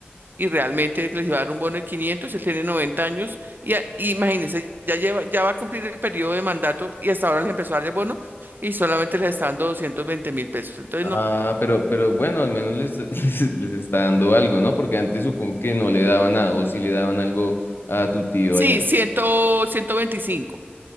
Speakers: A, on the right; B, on the left.
A: y realmente les iba a dar un bono de quinientos él tiene 90 años y, a- y imagínense, ya lleva, ya va a cumplir el periodo de mandato y hasta ahora les empezó a dar el bono y solamente les está dando doscientos veinte mil pesos. Entonces,
B: Ah,
A: no.
B: pero, pero bueno, al menos les, <laughs> les, les está dando algo, ¿no? Porque antes supongo que no le daban nada, o si le daban algo a tu tío
A: Sí,
B: allá.
A: cien, ciento veinticinco